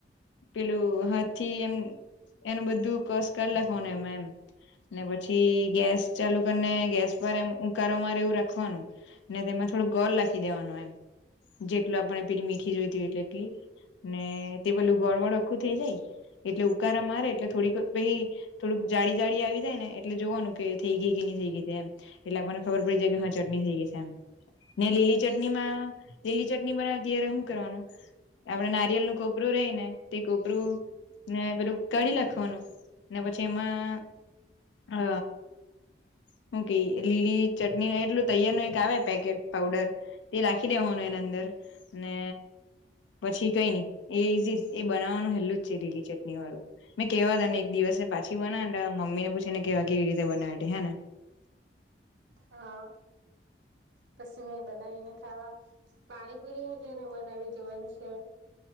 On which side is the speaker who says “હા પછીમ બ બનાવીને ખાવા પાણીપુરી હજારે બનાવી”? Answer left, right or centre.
Right